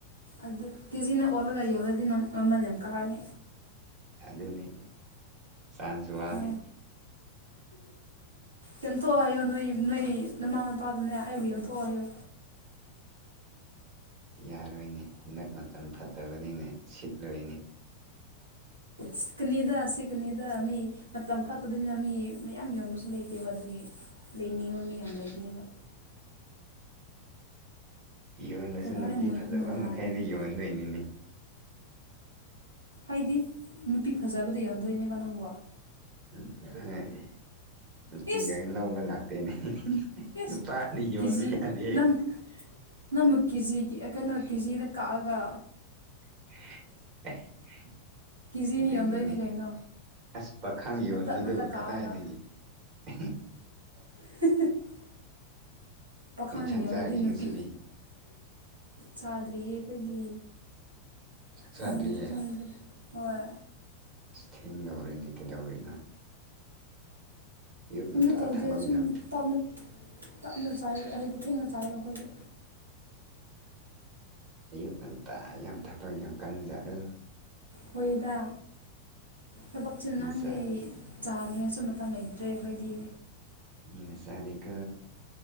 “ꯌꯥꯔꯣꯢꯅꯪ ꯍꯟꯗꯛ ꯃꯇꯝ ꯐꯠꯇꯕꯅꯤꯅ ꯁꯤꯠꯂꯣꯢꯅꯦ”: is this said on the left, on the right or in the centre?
Right